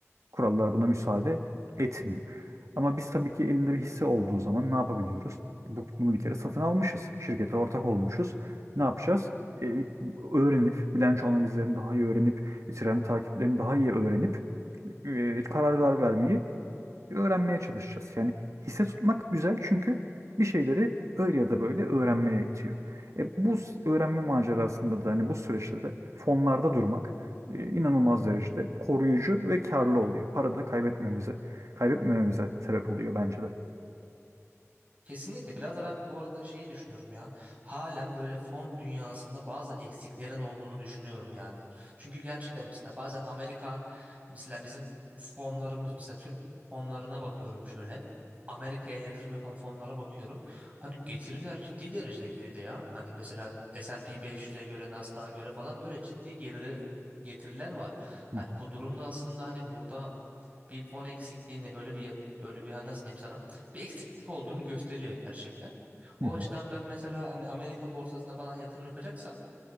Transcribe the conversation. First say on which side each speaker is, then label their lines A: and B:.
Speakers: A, on the right; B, on the right.
A: Kurallar buna müsaade etmiyor. Ama biz tabii ki elinde bir hisse olduğu zaman ne yapabiliyoruz? Bu, bunu bir kere satın almışız. Şirkete ortak olmuşuz. Ne yapacağız? E, öğrenip, bilanço analizlerini daha iyi öğrenip, trend takiplerini daha iyi öğrenip e, kararlar vermeyi öğrenmeye çalışacağız. Yani hisse tutmak güzel çünkü bir şeyleri öyle ya da böyle öğrenmeye itiyor. E, bu s- öğrenme macerasında da hani bu süreçte de fonlarda durmak e, inanılmaz derecede koruyucu ve karlı oluyor. Para da kaybetmemize, kaybetmememize sebep oluyor bence de.
B: Kesinlikle. Biraz da ben bu arada şey düşünüyorum ya. Halen böyle fon dünyasında bazı eksiklerin olduğunu düşünüyorum yani. Çünkü gerçekten mesela bazen Amerika mesela bizim fonlarımız mesela Türk fonlarına bakıyorum şöyle. Amerika'ya yatırım yapan fonlara bakıyorum. Hani getiriler ciddi derecede geride ya. Hani mesela S&P 500'e göre Nasdaq'a göre falan böyle ciddi geride getiriler var. Hani
A: Hı hı,
B: bu durumda aslında hani burada bir fon eksikliğini böyle bir yat- böyle bir hani nasıl diyeyim sana bir eksiklik olduğunu gösteriyor gerçekten. O
A: hı hı,
B: açıdan ben mesela hani Amerika borsasına falan yatırım yapacaksam